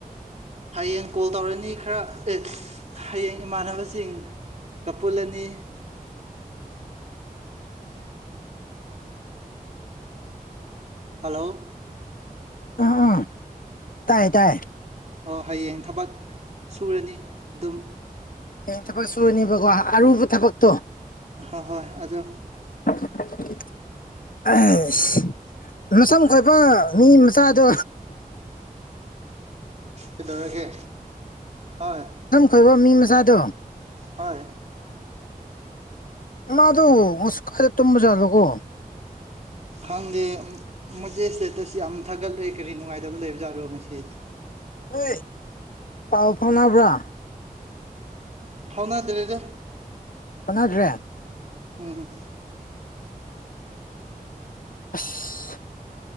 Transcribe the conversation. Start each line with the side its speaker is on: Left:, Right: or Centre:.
Right: ꯍꯌꯦꯡ ꯀꯣꯜ ꯇꯧꯔꯅꯤ ꯈꯔ ꯑꯦꯁ ꯍꯌꯦꯡ ꯏꯃꯥꯟꯅꯕꯁꯤꯡ ꯀꯄꯨꯜꯂꯅꯤ ꯍꯜꯂꯣ
Left: ꯑꯥ ꯑꯥ ꯇꯥꯏ ꯇꯥꯏ
Right: ꯑꯣ ꯍꯌꯦꯡ ꯊꯕꯛ ꯁꯨꯔꯅꯤ ꯑꯗꯨꯝ
Left: ꯍꯌꯦꯡ ꯊꯕꯛ ꯁꯨꯨꯅꯤꯕꯀꯣ ꯑꯔꯨꯕ ꯊꯕꯛꯇꯣ
Right: ꯑꯍꯣꯏ ꯍꯣꯏ ꯑꯗꯣ
Left: <inaudible> ꯑꯁ ꯃꯁꯝ ꯀꯣꯏꯕ ꯃꯤ ꯃꯆꯥꯗꯣ
Right: ꯀꯩꯗꯧꯔꯒꯦ ꯍꯣꯏ
Left: ꯀꯣꯏꯕ ꯃꯤ ꯃꯆꯥꯗꯣ
Right: ꯍꯣꯏ
Left: ꯎ ꯃꯥꯗꯣ ꯃꯨꯁ ꯈꯔ ꯇꯨꯝꯕ ꯖꯥꯠꯂꯒꯣ
Right: ꯈꯪꯗꯦ ꯃꯦ ꯁ꯭ꯇꯦꯇꯁ ꯌꯥꯝ ꯊꯥꯒꯠꯂꯦ ꯀꯔꯤ ꯅꯨꯡꯉꯥꯏꯇꯕ ꯂꯩꯕꯖꯥꯠꯔꯣ ꯉꯁꯤ
Left: ꯅꯣꯏ ꯄꯥꯎ ꯐꯥꯎꯅꯕ꯭ꯔ
Right: ꯐꯥꯎꯅꯗꯔꯦꯗ
Left: ꯐꯥꯎꯅꯗ꯭ꯔꯦ
Right: ꯎꯝ ꯎꯝ
Left: ꯑꯁ